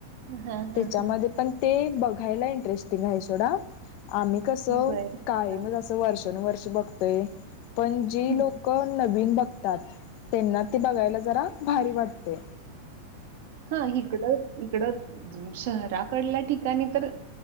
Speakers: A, on the right; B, on the left.
A: हां हां
B: त्याच्यामध्ये
A: हां
B: पण ते बघायला इंटरेस्टिंग आहे सोडा. आम्ही कस.
A: बर
B: कायमच
A: हां
B: असं वर्षानुवर्ष बघतोय. पण जी
A: हं
B: लोक नवीन बघतात. त्यांना ते बघायला जरा भारी वाटतय.
A: हा इकडं-इकडं. शहराकडल्या ठिकाणी तर.